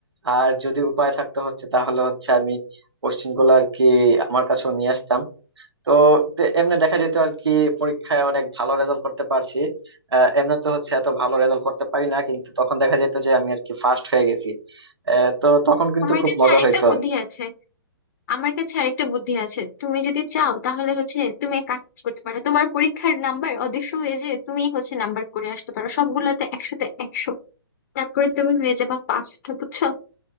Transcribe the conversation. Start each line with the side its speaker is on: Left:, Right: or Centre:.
Right: আর যদি উপায় থাকতো হচ্ছে তাহলে হচ্ছে আমি কোশ্চেন গুলো আর কি আমার কাছেও নিয়ে আসতাম তো তে- এমনি দেখা যেত আর কি পরীক্ষায় অনেক ভালো রেজাল্ট করতে পারছি আহ, এমনি তো হচ্ছে এত ভালো রেজাল্ট করতে পারি না কিন্তু তখন দেখা যেত যে আমি আর কি ফার্স্ট হয়ে গেছি আহ, তো তখন কিন্তু
Left: আমার
Right: খুব
Left: কাছে
Right: মজা
Left: আরেকটা
Right: হইতো
Left: বুদ্ধি আছে আমার কাছে আরেকটা বুদ্ধি আছে তুমি যদি চাও তাহলে হচ্ছে তুমি এক কাজ করতে পারো তোমার পরীক্ষার নাম্বার অদৃশ্য হয়ে যে তুমি হচ্ছে নাম্বার করে আসতে পারো সবগুলাতে একশোতে একশো তারপরে তুমি হয়ে যাবা পাঁচটা বুঝছো